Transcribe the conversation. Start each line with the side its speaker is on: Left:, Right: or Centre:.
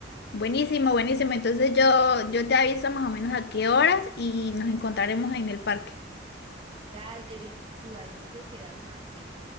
Left: Buenísimo, buenísimo. Entonces yo, yo te aviso más o menos a qué horas y nos encontraremos en el parque.
Right: Dale, visual, entonces quedamos así.